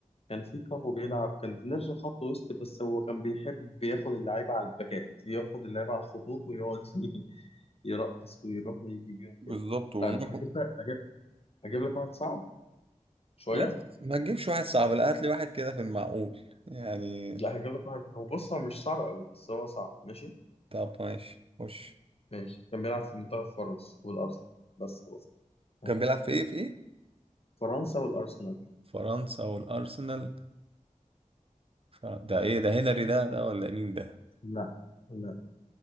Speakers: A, on the left (about 50°); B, on the right (about 45°).
A: كان في كافو بيلعب كان نرجع خط وسط بس هو كان بيحب ياخد اللعيبة على الباكات ياخد اللعيبة على الخطوط ويقعد <laughs> يرقص ويروح ويجي بيهم
B: بالظبط
A: كده
B: وما
A: طيب
B: كو...
A: هجيب لك هجيب, هجيب لك واحد صعب شوية
B: لا ما تجيبش واحد صعب لا هات لي واحد كده في المعقول يعني
A: لا هجيب لك واحد هو بص هو مش صعب قوي بس هو صعب ماشي
B: طب ماشي خش
A: ماشي كان بيلعب في منتخب فرنسا والأرسنال بس خلاص كده ها.
B: كان بيلعب في ايه في ايه
A: فرنسا والأرسنال
B: فرنسا والارسنال ف... ده ايه ده هنري ده ده ولا مين ده
A: لا لا